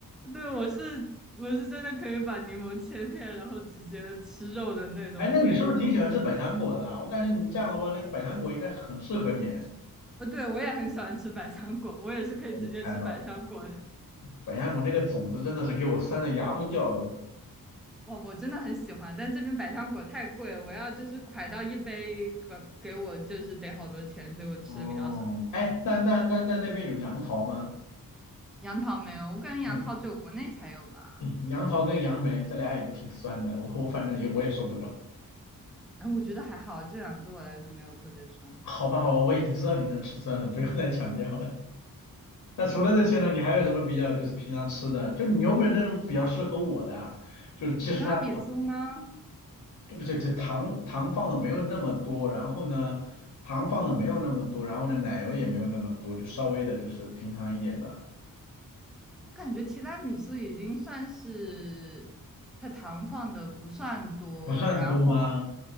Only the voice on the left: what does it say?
哎，那你是不是挺喜欢吃百香果的啊我感觉你这样的话，
那百香果应该很适合你。
我能猜到，百香果那个种子真的是给我酸的牙都掉了。
哦，哎，那那那那那边有杨桃吗？
杨杨桃跟杨梅这俩也都挺酸的，我我反正也我也受不了。
好吧好吧，我已经知道你能吃酸了，不用再强调了。那除了这些呢，你还有什么比较就是平常吃的？就你有没有那种比较适合我的啊？就是其实它
对不对？这糖糖放的没有那么多，然后呢，糖放的没有那么多，然后呢，奶油也没有那么多，就稍微的就是平常一点的，
不算多吗